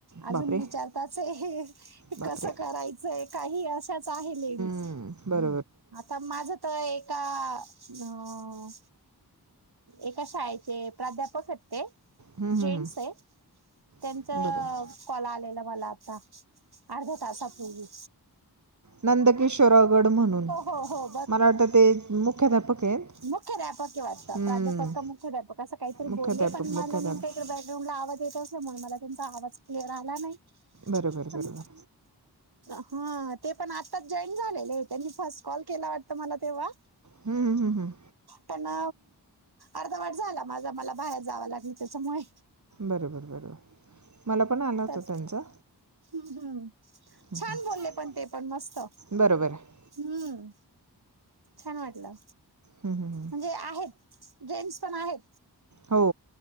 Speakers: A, on the right; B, on the right.
A: अजून
B: बापरे
A: विचारताच आहे.
B: बापरे
A: कस करायचंय काही अशाच आहे लेडीज.
B: हम्म बर.
A: आता माझ तर एका ह एका शाळेचे प्राध्यापक आहेत ते
B: हम्म,
A: जेंट्स
B: हम्म,
A: आहे, त्यांच
B: हम्म, बरोबर
A: कॉल आलेलं मला आता. अर्ध्या तासा पूर्वी.
B: नंदकिशोरागड म्हणून,
A: हो हो
B: मला वाटतं ते मुख्याध्यापक आहेत.
A: मुख्यध्यापक आहे वाटत प्रा
B: हम्म,
A: प्राध्यापक का मुख्याध्यापक असं काही तरी
B: मुख्याध्यापक
A: बोलले. पण मला
B: मुख्याध्यापक
A: नेम काहीतर बॅकग्राउंड ला आवाज येत अस मला त्यांचा आवाज क्लिअर आला नाही.
B: बरोबर
A: पण
B: बरोबर.
A: हा ते पण आत्ताच जॉईन झालेले. त्यांनी फर्स्ट कॉल केला वाटत मला तेव्हा.
B: हम्मम हम्म हम्म.
A: त्यांना अर्धा वाट झाला माझा मला बाहेर जावं लागल त्याच्यामुळे.
B: बरोबर बरोबर. मला पण आला होत
A: त्यात
B: त्यांचा.
A: हम्म हम्म
B: हम्म,
A: छान
B: हम्म.
A: बोलले पण ते पण मस्त.
B: बरोबर आहे.
A: हम्म छान वाटलं.
B: हम्म, हम्म, हम्म.
A: म्हणजे आहेत जेंट्स पण आहेत.
B: हो.